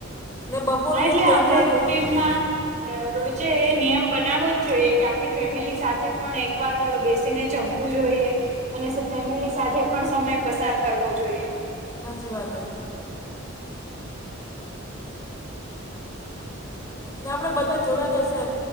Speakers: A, on the left (about 15°); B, on the right (about 40°).
A: ને બપોર
B: હા
A: મેં
B: એટલે
A: ત્રણ
B: આપણેે
A: વાગે
B: રૂટીનમાં રોજે એ નિયમ બનાવો જ જોઈએ કે આખી ફેમિલી સાથે પણ એક વાર બેસ ને જમવું જોઈએ અને ફેમિલી સાથે પણ સમય પસાર કરવો જોઈએ.
A: સાચી વાત છે. ને આપણે બધા જોડા બેસે